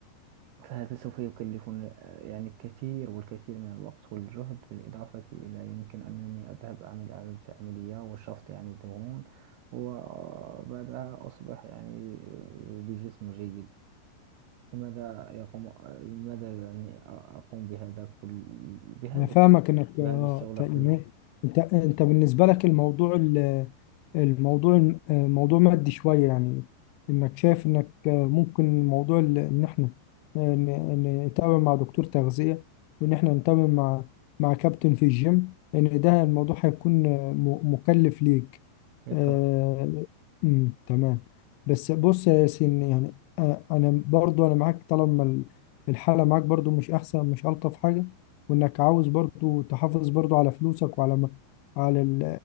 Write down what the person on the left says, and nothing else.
انا فاهمك انك
اه
ت- يعني
انت انت بالنسبه لك الموضوع ال- الموضوع آه، موضوع مادي شويه يعني انك شايف انك آه، ممكن موضوع ال- ان احنا آه، ن- نتابع مع دكتور تغذيه وان احنا نتابع مع مع كابتن في الجيم ان ده الموضوع هيكون آه، م- مكلف ليك
آه، أمم، تمام بس بص يا ياسين يعني آه، انا برضو انا معاك طالما ال- الحاله معاك برضو مش احسن مش الطف حاجه وانك عاوز برضو تحافظ برضو على فلوسك وعلى م- على ال...